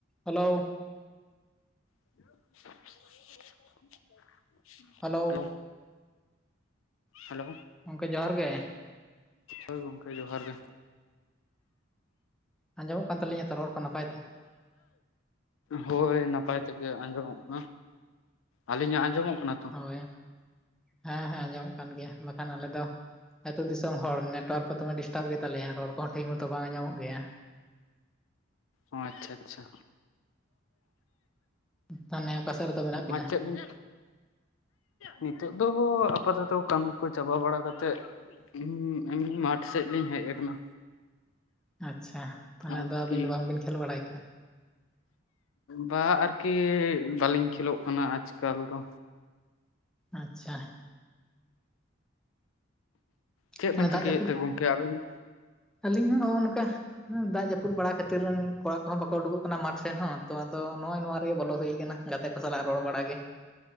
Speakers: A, in the centre; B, on the left.
A: ᱦᱮᱞᱳᱣ᱾
B: <unintelligible>
A: Hello
B: hello. ᱦᱮᱞᱳᱣ᱾
A: ᱜᱚᱝᱠᱮ ᱡᱚᱦᱟᱨ ᱜᱮ,
B: ᱦᱳᱭ ᱜᱚᱝᱠᱮ ᱡᱚᱦᱟᱨ ᱜᱮ᱾
A: ᱟᱸᱡᱚᱢᱚᱜ ᱠᱟᱱ ᱛᱟᱞᱤᱧᱟ ᱛᱚ ᱨᱚᱲ? ᱠᱚ ᱱᱟᱯᱟᱭ ᱛᱮ
B: ᱦᱳᱭ ᱱᱟᱯᱟᱭ ᱛᱮᱜᱮ ᱟᱸᱡᱚᱢᱚᱜ ᱠᱟᱱᱟ᱾ ᱟᱞᱤᱧᱟᱜ ᱟᱸᱡᱚᱢᱚᱜ ᱠᱟᱱᱟ ᱛᱚ?
A: ᱦᱳᱭ, ᱦᱮᱸ ᱦᱮᱸ ᱟᱸᱡᱚᱢᱚᱜ ᱠᱟᱱ ᱜᱮᱭᱟ, ᱵᱟᱠᱷᱟᱱ ᱟᱞᱮ ᱫᱚ ᱟᱹᱛᱩ ᱫᱤᱥᱚᱢ ᱦᱚᱲ, ᱱᱮᱴᱚᱣᱟᱨᱠ ᱠᱚ ᱫᱚᱢᱮ ᱰᱤᱥᱴᱟᱵ ᱜᱮᱛᱟᱞᱮᱭᱟ, ᱨᱚᱲ ᱠᱚᱦᱚᱸ ᱴᱷᱤᱠ ᱢᱚᱛᱚ ᱵᱟᱝ ᱟᱧᱡᱚᱢᱚᱜ ᱜᱮᱭᱟ᱾
B: ᱚ ᱟᱪᱪᱷᱟ ᱟᱪᱪᱷᱟ᱾
A: ᱛᱟᱦᱚᱞᱮ ᱚᱠᱟ ᱥᱮᱫ ᱨᱮᱫᱚ ᱢᱮᱱᱟᱜ ᱵᱤᱱᱟ
B: ᱟᱨ ᱪᱮᱫ ᱵᱤᱱ ᱱᱤᱛᱚᱜ ᱫᱚ ᱵᱚ ᱟᱯᱟᱛᱚᱛᱚ ᱠᱟᱹᱢᱤ ᱠᱚ ᱪᱟᱵᱟ ᱵᱟᱲᱟ ᱠᱟᱛᱮᱫ ᱦᱩᱸ ᱚᱢᱱᱤ ᱢᱟᱴᱷ ᱥᱮᱫ ᱞᱤᱧ ᱦᱮᱡ ᱟᱠᱟᱱᱟ,
A: ᱟᱪᱪᱷᱟ ᱛᱟᱦᱚᱞᱮ
B: ᱳᱠᱮ
A: ᱟᱫᱚ ᱟᱹᱵᱤᱱ ᱫᱚ ᱵᱟᱝᱵᱤᱱ ᱠᱷᱮᱞ ᱵᱟᱲᱟᱭ ᱠᱟᱱᱟ
B: ᱵᱟ ᱟᱨᱠᱤ ᱵᱟᱹᱞᱤᱧ ᱠᱷᱮᱞᱳᱜ ᱠᱟᱱᱟ ᱟᱡᱠᱟᱞ ᱫᱚ᱾
A: ᱟᱪᱪᱷᱟ,
B: ᱪᱮᱫ
A: ᱛᱟᱦᱚᱞᱮ
B: ᱵᱮᱱ ᱪᱤᱠᱟᱹᱭᱮᱫ
A: ᱫᱟᱜ ᱡᱟᱹᱯᱩᱫ
B: ᱛᱮ ᱜᱚᱝᱠᱮ ᱟᱵᱮᱱ ᱫᱚ?
A: ᱟᱹᱞᱤᱧ ᱦᱚᱸ ᱱᱚᱜᱼᱚ ᱱᱚᱝᱠᱟ, ᱦᱩᱸ ᱫᱟᱜ ᱡᱟᱹᱯᱩᱫ ᱵᱟᱲᱟ ᱠᱷᱟᱹᱛᱤᱨ ᱠᱚᱲᱟ ᱠᱚᱦᱚᱸ ᱵᱟᱠᱚ ᱩᱰᱩᱠᱚᱜ ᱠᱟᱱᱟ, ᱢᱟᱴᱷ ᱥᱮᱱ ᱦᱚᱸ ᱛᱚ ᱟᱫᱚ ᱱᱚᱜᱼᱚᱭ ᱱᱚᱣᱟ ᱨᱮᱜᱮ ᱵᱚᱞᱚ ᱦᱩᱭᱠ ᱜᱟᱛᱮ ᱠᱚ ᱥᱟᱞᱟᱜ ᱨᱚᱲ ᱵᱟᱲᱟᱜ ᱜᱮ,